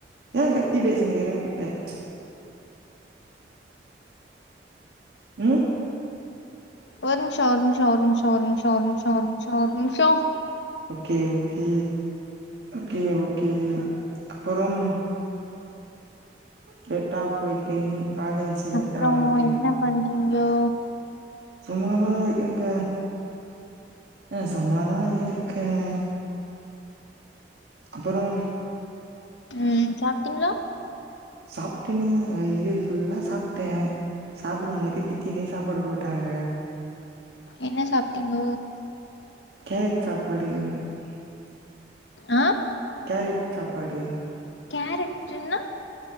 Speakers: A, on the right (about 70°); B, on the left (about 80°).
A: ஏன் கத்தி பேசினிக்கிறேன்னு கேட்டேன் உம்
B: ஒரு நிமிஷம் ஒரு நிமிஷம் ஒரு நிமிஷம் ஒரு நிமிஷம் ஒரு நிமிஷம் ஒரு நிமிஷம் ஒரு நிமிஷம்
A: ஓகே ஓகே ஓகே ஓகே அப்புறம் சேரி பாப்போ இப்ப காலேஜ் லேட்
B: அப்றோ
A: ஆவலயா உனக்கு
B: என்ன பண்றீங்கோ
A: சும்மாதா இருக்கங்க ஆஹ் சும்மாதான் இருக்கேன் அப்புறம்
B: ம் சாப்பிட்டீங்களா
A: சாப்ட்டனே வயிறு ஃபுல்லா சாப்பிட்டே சாப்டும் போது திட்டினே சாப்பாடு போட்டாங்க
B: என்ன சாப்பிட்டீங்கோ
A: <unintelligible>
B: ஆஹ்
A: கேரட் சாப்பாடு
B: கேரட்டுன்னா